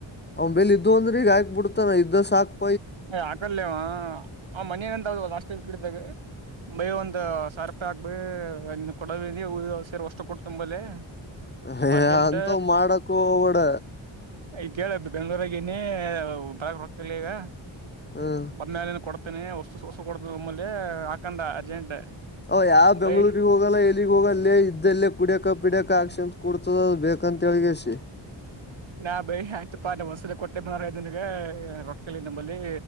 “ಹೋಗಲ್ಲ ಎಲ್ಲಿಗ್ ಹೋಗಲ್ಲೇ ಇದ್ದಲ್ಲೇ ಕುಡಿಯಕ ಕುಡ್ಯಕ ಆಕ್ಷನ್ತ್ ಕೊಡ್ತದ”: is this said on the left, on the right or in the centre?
Left